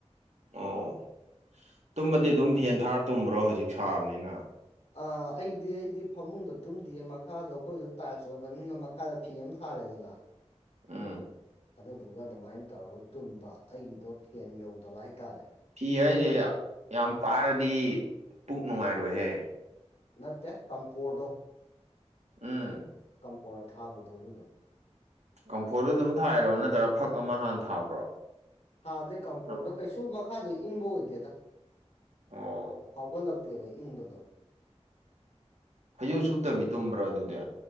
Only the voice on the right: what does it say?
ꯑꯣ ꯇꯨꯝꯕꯗꯤ ꯑꯗꯨꯝ ꯐꯦꯟ ꯊꯥꯔ ꯇꯨꯝꯕ꯭ꯔꯣ ꯍꯧꯖꯤꯛ ꯁꯥꯕꯅꯤꯅ
ꯎꯝ
ꯐꯤ ꯍꯥꯏꯖꯦ ꯌꯥꯝ ꯄꯥꯔꯗꯤ ꯄꯨꯛ ꯅꯨꯡꯉꯥꯏꯔꯣꯏꯍꯦ
ꯎꯝ
ꯀꯝꯄꯔꯣꯗꯣ ꯑꯗꯨꯝ ꯊꯥꯏꯔꯣ ꯅꯠꯇ꯭ꯔꯥ ꯐꯛ ꯑꯃ ꯍꯥꯟꯅ ꯊꯥꯕ꯭ꯔꯣ
ꯅꯪ?
ꯑꯣ
ꯐꯩꯖꯨꯞ ꯁꯨꯞꯇꯕꯤ ꯇꯨꯝꯕ꯭ꯔꯣ ꯑꯗꯨꯗꯤ